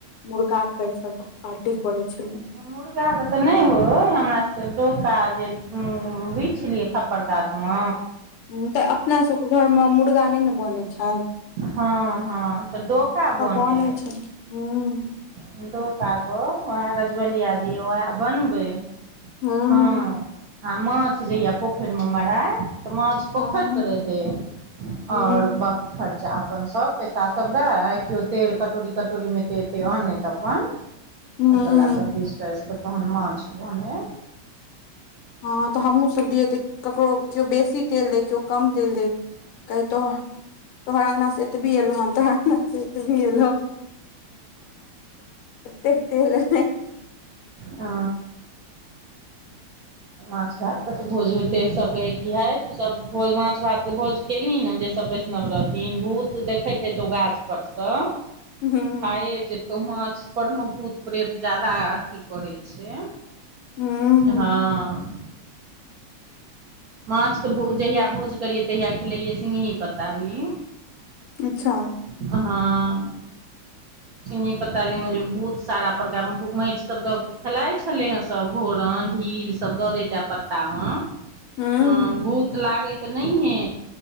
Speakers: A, on the left; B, on the right.
A: मुर्गा के ई सब पार्टी कर छल
B: मुर्गाके तऽ नय होय हमरा सब डोका जे बिछि लि खपड़ कात में
A: ह तऽ अपनासबके घर में मुर्गा नय ने बनैत छइन
B: हँ हँ तऽ डोका बने
A: बनै छलै हूं
B: पप्ताे वएह रजवलिया जी वएह बनबै
A: हूं
B: हँ आ माछ जे यए पोखरि में मराइ तऽ माछ पोखर
A: हँ
B: के रहे
A: हूं
B: आओर बकी खर्चा चाहा अपन सब पैसा सब दए केओ तेल कटोरी कटोरी में एतेक एतेक अन नहि तऽ अपन
A: हूं
B: च सब पीस फइस क तन मछ बने
A: हँ तऽ हमहूँ सब दिय तऽ ककरो केओ बेसी तेल देै केओ कम तेल देै कह तो तोहरांगना सेत की एलु है तऽ <unintelligible> सत भी एलसँ देख द <unintelligible>
B: ओ माछ भात के तऽ भोज होते सबके की है तू सब भोज माछ भात के भोज केलही ने जे सब वैष्णव रहथिन भूत देखैत हेतौ गाछ परसँ
A: हूं
B: खाये जेतो माछ पर मे भूत प्रेत ज्यादा अथी करै छै
A: हूं
B: हँ माछके भो जहियआ भोज करियै तहियआ खिलैयै सिङही प्ताली
A: अच्छा
B: हँ चिन्ंगी पताली में जे बहुत सारा प्रकार मे मइट सब द खेलइ छलै हे सब घोरन ढील सब दऽ दैते पत्ता में
A: हूं
B: हँ भूत लागैत तऽ नहिए